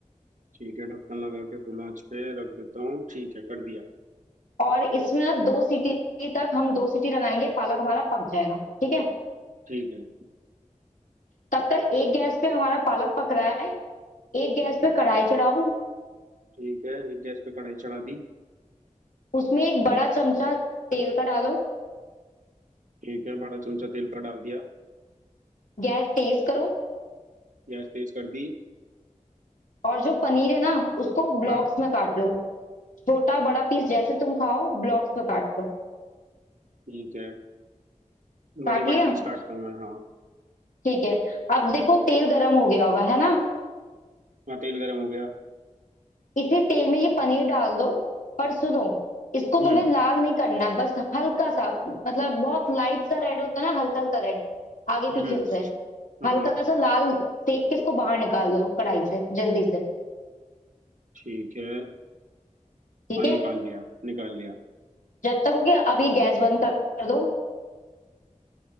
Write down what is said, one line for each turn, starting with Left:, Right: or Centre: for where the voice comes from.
Right: ठीक है ढक्कन लगा के फुल आंच पे रख देता हूँ ठीक है कर दिया
Left: और इसमें ना दो सीटी तक हम दो सीटी लगाएंगे पालक हमारा पक जाएगा ठीक है
Right: ठीक है
Left: तब तक एक गैस पे हमारा पालक पक रहा है एक गैस पे कढ़ाई चढ़ाओ
Right: ठीक है एक गैस पे कढ़ाई चढ़ा दी
Left: उसमें एक बड़ा चमचा तेल का डालो
Right: ठीक है बड़ा चमचा तेल का डाल दिया
Left: गैस तेज करो
Right: गैस तेज कर दी
Left: और जो पनीर है ना उसको ब्लॉक्स
Right: हाँ
Left: में काट लो छोटा बड़ा पीस जैसे तुम खाओ ब्लॉक्स में काट लो
Right: ठीक है बड़े
Left: काट
Right: बड़े
Left: लिया
Right: पीस काटता हूँ मैं हाँ
Left: ठीक है अब देखो तेल गरम हो गया होगा है ना
Right: हाँ तेल गरम हो गया
Left: इसी तेल में ये पनीर डाल दो पर सुनो इसको
Right: हम्म
Left: तुम्हें लाल नहीं करना है बस हल्का सा मतलब बहुत लाइट सा रेड होता है ना हल्का हल्का रेड आगे
Right: हम्म
Left: पीछे से
Right: हाँ
Left: हल्का
Right: हाँ
Left: सा लाल सेक के इसको बाहर निकाल लो कढ़ाई से जल्दी से
Right: ठीक है
Left: ठीक
Right: हाँ
Left: है
Right: निकाल लिया निकाल लिया
Left: जब तक हो गया अब ये गैस बंद कर कर दो